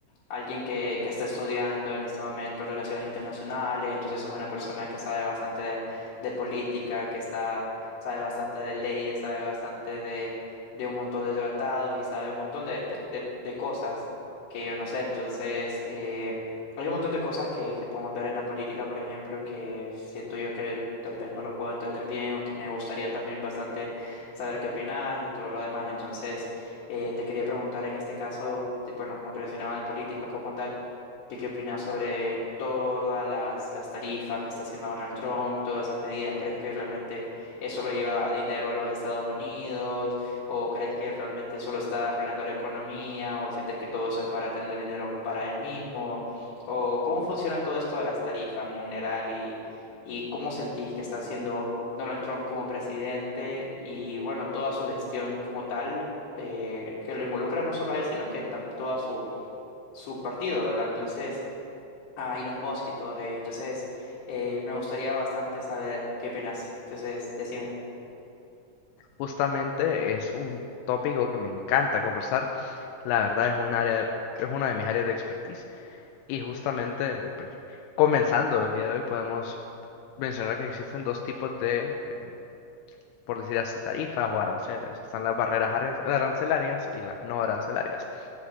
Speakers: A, on the left; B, on the left.
A: alguien que, que está estudiando en este momento relaciones internacionales, entonces sos una persona que sabe bastante de, de política, que está, sabe bastante de leyes, sabe bastante de, de un montón de tratados y sabe un montón de, de, de- de cosas que yo no sé. Entonces, eh, hay un montón de cosas que, que podemos ver en la política, por ejemplo, que siento yo que tal vez no lo puedo entender bien o que me gustaría también bastante saber qué opinas y todo lo demás. Entonces, eh, te quería preguntar en este caso, de- bueno, como te mencionaba de política como tal, que qué opinas sobre todas las, las tarifas que está haciendo Donald Trump, todas esas medidas. ¿Crees que realmente eso lo lleva dinero a los Estados Unidos? ¿O crees que realmente solo está arruinando la economía? ¿O sientes que todo eso es para tener dinero para él mismo? ¿O cómo funciona todo esto de las tarifas en general y, y cómo sentís que está haciendo Donald Trump como presidente y bueno, toda su gestión como tal, eh, que lo involucra no solo a él, sino que tam- toda su, su partido, ¿verdad? Entonces, a Elon Musk y todos ellos. Entonces, eh, me gustaría bastante saber qué opinas. Entonces, decime.
B: Justamente es un tópico que me encanta conversar. La verdad es un área, es una de mis áreas de expertise. Y justamente, pues, comenzando el día de hoy, podemos mencionar que existen dos tipos de, eh, por decir así, tarifas o aranceles. Están las barreras aran- arancelarias y las no arancelarias.